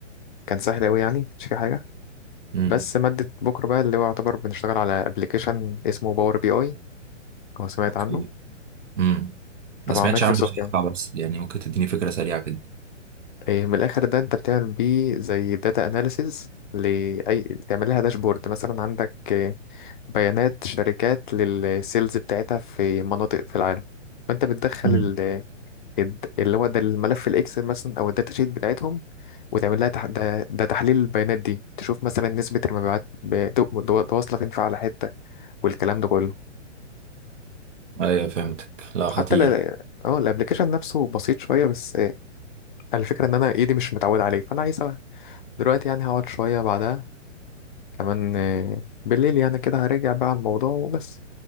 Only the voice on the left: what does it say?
كان سهل أوي يعني مش في حاجة
بس مادة بكرة بقى اللي هو يعتبر بنشتغل على ابلكيشن اسمه باور بي اي لو سمعت
عنه
طبعا
مايكروسوفت
يعني
إيه من الآخر ده أنت بتعمل بيه زي داتا أناليسيز لأي تعمل لها داشبورد مثلا عندك إيه، بيانات شركات للسيلز بتاعتها في مناطق في العالم فأنت بتدخل
ال... الد- اللي هو ده الملف الإكسل مثلا أو الداتا شيت بتاعتهم وتعمل لها تح... ده... ده تحليل البيانات دي تشوف مثلا نسبة المبيعات ب- تو- واصلة فين في على حتة والكلام ده كله
حتى
ل... اه الابلكيشن نفسه بسيط شويه بس آه، الفكره ان انا ايدي مش متعود عليه فانا عايز أ- دلوقتي يعني هقعد شويه بعدها كمان آه، بالليل يعني كده هرجع بقى على الموضوع وبس